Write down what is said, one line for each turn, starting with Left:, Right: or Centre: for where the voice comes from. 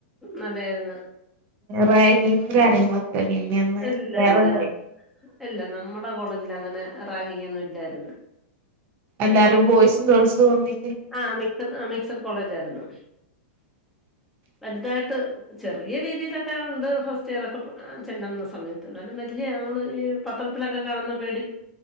Centre: നല്ലായിര്ന്നു.
Right: റാഗിങ്ങും കാര്യങ്ങളൊക്കെല്ലേ ഇല്ലേനന്ന്.
Centre: ഇല്ല
Right: വേറെ
Centre: ഇല്ല
Right: <unintelligible>
Centre: ഇല്ല നമ്മടെ കോളേജിൽ അങ്ങനെ റാഗിങ്ങൊന്നും ഇല്ലായിരുന്നു.
Right: എല്ലാരും ബോയ്സും ഗേൾസും ഒന്നി
Centre: ആഹ് മിക്സട്, മിക്സട് കോളേജായിര്ന്നു.
Right: <inaudible>
Centre: വല്തായിട്ട് ഏഹ് ചെറിയ രീതീലൊക്കെ ഉണ്ട്. ഫസ്റ്റ് ഇയറൊക്കെ ചെല്ലുന്ന സമയത്ത്. ന്നാലും വല്ല്യേ ആള് ഈ പത്രത്തിലൊക്കെ കാണ്ന്ന പേടി